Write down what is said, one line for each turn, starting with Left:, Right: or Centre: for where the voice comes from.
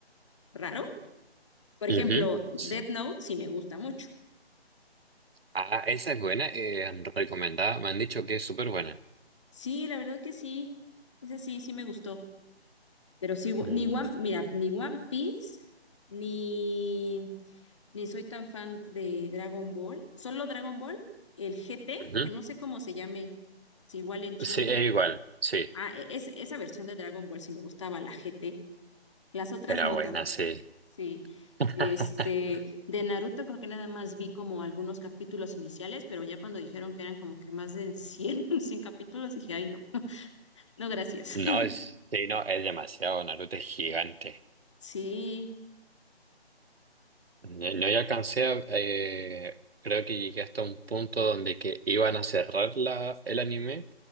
Left: raro. Por ejemplo,
Right: Ujú,
Left: Death
Right: sí.
Left: Note sí me gusta mucho.
Right: Ah, esa es buena, eh, recomendada. Me han dicho que es súper buena.
Left: Sí, la verdad que sí, es así, sí me gustó. Pero sí, wo-
Right: Mm,
Left: ni One, mira, ni One Piece, ni, ni soy tan fan de Dragon Ball. Solo Dragon Ball, el GT,
Right: ujú.
Left: que no sé cómo se llame, si igual en Chile.
Right: Sí, es igual. Sí,
Left: Ah, e- es, esa versión de Dragon Ball sí me gustaba, la GT. Las otras
Right: era
Left: no
Right: buena,
Left: notas
Right: sí.
Left: Sí,
Right: <laughs>
Left: este, de Naruto creo que nada más vi como algunos capítulos iniciales, pero ya cuando dijeron que eran como que más de 100 <laughs> 100 capítulos, dije, ay, no, no, gracias. <laughs>
Right: No, es, sí, no, es demasiado. Naruto es gigante.
Left: Sí,
Right: No, no ya alcancé, a- eh, creo que llegué hasta un punto donde que iban a cerrar la, el anime.